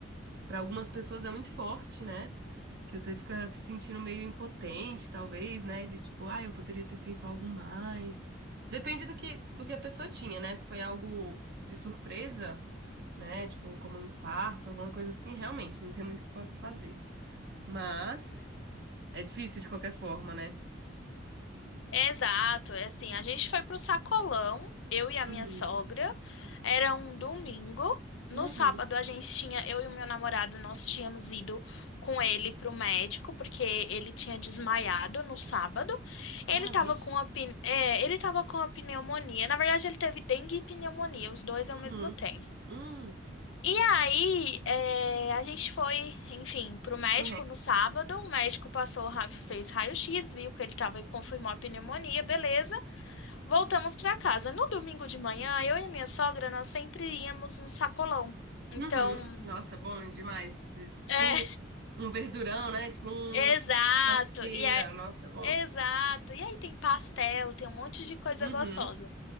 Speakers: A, on the right; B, on the left.
A: para algumas pessoas é muito forte, né? Que você fica se sentindo meio impotente, talvez, né? De tipo, ah, eu poderia ter feito algo mais. Depende do que, do que a pessoa tinha, né? Se foi algo de surpresa, né? Tipo, como um infarto, alguma coisa assim, realmente, não tem muito que possa fazer. Mas. É difícil de qualquer forma, né?
B: Exato, é assim, a gente foi pro sacolão, eu e a
A: Uhum.
B: minha sogra, era um domingo. No
A: Uhum.
B: sábado a gente tinha, eu e o meu namorado, nós tínhamos ido com ele pro médico, porque ele tinha desmaiado no sábado. Ele
A: Ah,
B: tava
A: vixe.
B: com a, pin- é, ele tava com a pneumonia. Na verdade, ele teve dengue e pneumonia, os dois
A: Uhum.
B: ao mesmo tempo.
A: Uhum.
B: E aí, é, a gente foi, enfim, pro médico
A: Uhum.
B: no sábado. O médico passou, ra- fez raio-x, viu que ele tava e confirmou a pneumonia, beleza. Voltamos pra casa. No domingo de manhã, eu e a minha sogra, nós sempre íamos no sacolão. Então,
A: Uhum. Nossa, bom demais. Esses- Tipo
B: é,
A: um verdurão, né? Tipo um-
B: <laughs> exato.
A: uma feira.
B: E é,
A: Nossa, bom.
B: exato. E aí tem pastel, tem um monte de coisa
A: Uhum.
B: gostosa.